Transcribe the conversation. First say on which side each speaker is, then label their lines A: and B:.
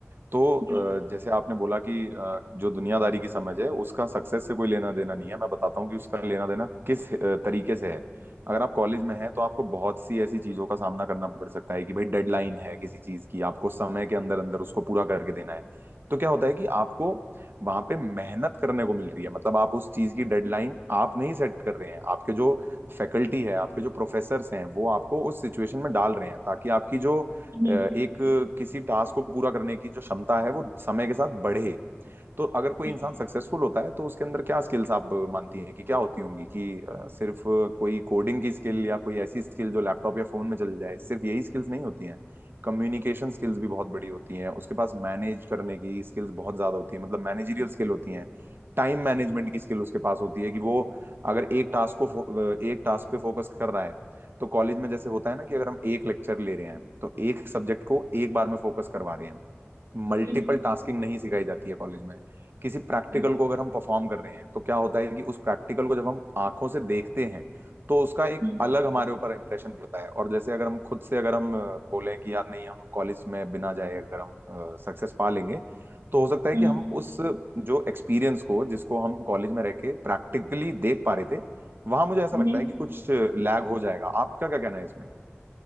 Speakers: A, on the right; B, on the right.
A: तो अ,
B: हम्म
A: जैसे आपने बोला कि अ, जो दुनियादारी की समझ है उसका सक्सेस से कोई लेना देना नहीं है मैं बताता हूँ कि उसका लेना देना किस अ, तरीके से है अगर आप कॉलेज में हैं तो आपको बहुत सी ऐसी चीजों का सामना करना पड़ सकता है कि भाई डेडलाइन है किसी चीज की आपको समय के अंदर अंदर उसको पूरा करके देना है तो क्या होता है कि आपको वहां पे मेहनत करने को मिल रही है मतलब आप उस चीज की डेडलाइन आप नहीं सेट कर रहे हैं आपके जो फैकल्टी है आपके जो प्रोफेसर्स हैं वो आपको उस सिचुएशन में डाल रहे हैं ताकि आपकी जो
B: हम्म
A: अ, एक किसी टास्क को पूरा करने की जो क्षमता है वो समय के साथ बढ़े तो अगर कोई
B: हम्म
A: इंसान सक्सेसफुल होता है तो उसके अंदर क्या स्किल्स आप मानती हैं कि क्या होती होंगी कि अ, सिर्फ कोई कोडिंग की स्किल या कोई ऐसी स्किल जो लैपटॉप या फोन में चल जाए सिर्फ यही स्किल्स नहीं होती हैं कम्युनिकेशन स्किल्स भी बहुत बड़ी होती हैं उसके पास मैनेज करने की स्किल्स बहुत ज्यादा होती है मतलब मैनेजरियल स्किल होती हैं टाइम मैनेजमेंट की स्किल उसके पास होती है कि वो अगर एक टास्क को फो- एक टास्क पे फोकस कर रहा है तो कॉलेज में जैसे होता है ना कि अगर हम एक लेक्चर ले रहे हैं तो एक सब्जेक्ट को एक बार में फोकस करवा रहे हैं मल्टीपल
B: हम्म
A: टास्किंग नहीं सिखाई जाती है कॉलेज में किसी प्रैक्टिकल
B: हम्म
A: को अगर हम परफॉर्म कर रहे हैं तो क्या होता है कि उस प्रैक्टिकल को जब हम आंखों से देखते हैं तो उसका एक
B: हम्म
A: अलग हमारे ऊपर इम्प्रेशन पड़ता है और जैसे अगर हम खुद से अगर हम अ, बोलें कि यार नहीं हम कॉलेज में बिना जाए अगर हम सक्सेस पा लेंगे तो हो सकता है
B: हम्म
A: कि
B: हम्म,
A: हम उस जो एक्सपीरियंस को जिसको हम कॉलेज में रह के प्रैक्टिकली देख पा रहे थे वहां मुझे ऐसा
B: हम्म,
A: लगता है कि कुछ लैग हो जाएगा आपका क्या कहना है इसमें